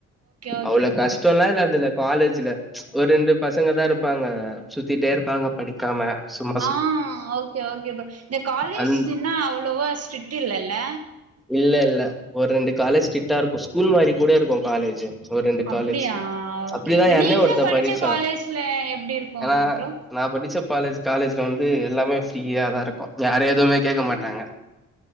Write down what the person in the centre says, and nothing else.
அவ்ளோ
கஷ்டோல
இல்ல அதுல காலேஜ்ல ஒரு ரெண்டு பசங்க தா இருப்பாங்க சுத்திட்டே இருப்பாங்க படி க்காம சும்
அந்
இல்ல இல்ல ஒரு ரெண்டு காலேஜ் சிட்டா இருக்கு ஸ்கூல் மாரி கூட இருக்கு காலேஜி ஒரு ரெண்டு
காலேஜ்
அப்டிதா
எ அண்ணே
ஒருத்த
படிச்சா
ஏனா
நா படிச்ச பாலேஜ் காலேஜ்ல வந்து எல்லாமே ஃப்ரீயா தா இருக்கு யாரு எதுமே கேட்க மாட்டாங்க